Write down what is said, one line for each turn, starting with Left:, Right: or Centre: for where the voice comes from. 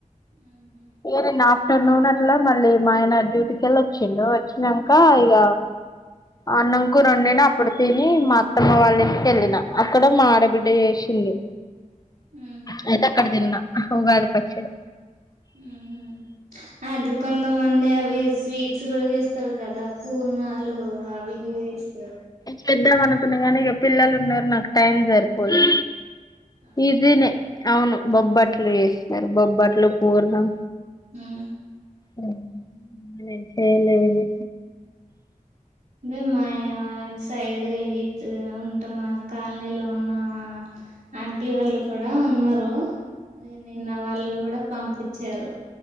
Right: ఉహు
Left: ఏర నాక్ ఆఫ్టర్నూన్ అట్లా మళ్ళీ మా ఆయన డ్యూటీకెళ్ళి వచ్చిండు వచ్చినంక ఇగ అన్నం కూర అండిన అప్పుడు తిని మా అత్తమ్మ వాళ్ళ ఇంటికి వెళ్ళిన అక్కడ మా ఆడబిడ్డ చేసింది
Right: ఉహు
Left: అయితే అక్కడ తిన్న ఉగాది పచ్చడి.
Right: ఆ హ అది కొంతమంది అవి స్వీట్స్ కూడా చేస్తరు కదా పూణ లు అవిగీ చేస్తరు
Left: తెద్దాం అనుకున్నా కానీ ఇగ పిల్లలు ఉన్నారు. నాకు టైం సరిపోలే.
Right: ఆహా
Left: ఈజీ నే అవును బొబ్బట్లు
Right: అవును.
Left: చేసినారు. బొబ్బట్లు, పూర్ణం.
Right: ఉ ఉ
Left: అ నే చేలేదు
Right: అదే మా సైడ్ ఉంట మా కాలనీలో ఉన్న ఆంటీ వాళ్ళు కూడా ఉన్నారు. నిన్న వాళ్ళు కూడా పంపి పచ్చారు